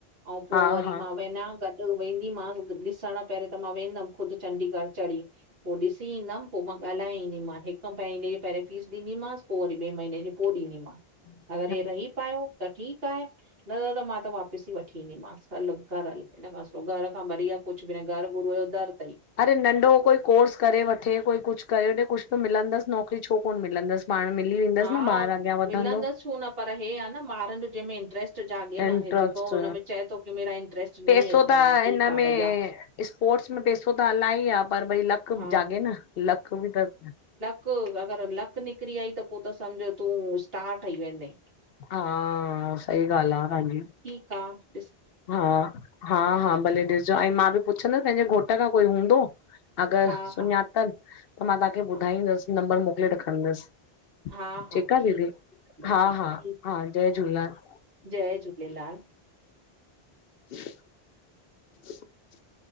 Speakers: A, on the right (about 70°); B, on the left (about 65°).
A: अऊं पो
B: हा
A: वरी
B: हा
A: मां। वञा गॾु वेंदीमस ॾिसण पहरों त मां वेंदम ख़ुद चंडीगढ़ चढ़ी। पोइ ॾिसी ईंदमि पोइ मां ॻाल्हाए ईंदीमांस हिक महिने जी पहिरें फीस ॾींदीमास। पो वरी ॿे महीने जो ॾींदीमाव।
B: हम्म --
A: जे रही पायो त ठीक आए न त त मां त वापस ई वठी ईंदीमास। हल कर हल हिन खां सो घर खां बढ़िया कुझ बि न घरु गुरूअ जो दर तई।
B: अरे नंढो कोई कोर्स करे वठे कोई कुझ करे वठे कुझ त मिलंदस नौकरी छो कोन मिलंदस। पाण मिली वेंदसि
A: हा
B: न ॿार अॻियां वधंदो।
A: मिलंदसि छो न पर हे आ न ॿार जो जंमें इंटरेस्ट -- त जाॻे
B: इंट्रस्ट
A: न जेको हुनें चए थो की मेरा इंट्रेस्ट
B: पैसो
A: नईं है
B: त
A: हा ठीक
B: हिन में
A: आ भैया।
B: स्पोर्ट्स में पेसो त अलाई आहे पर भई लक
A: हा
B: जाॻे न लक बि त --
A: हिकु अगर लक निकिरी आई त पो त सम्झ तूं स्टार ठही वेंदे।
B: हा सई ॻाल्ह आह तांजी।
A: का --
B: हा हा हा भले ॾिसजो ऐं मां बि पुछंदसि पेंजे घोट खां कोई हूंदो। अगर
A: हा
B: सुञातल
A: हा
B: त मां तांखे
A: हा
B: ॿुधाईंदस नंबर मोकले रखंदस।
A: हा हा
B: ठीक आ
A: ठीकु
B: दीदी
A: आहे भेण
B: हा हा
A: ठीकु
B: हा जय झूलेलाल।
A: जय झूलेलाल।
B: <inaudible>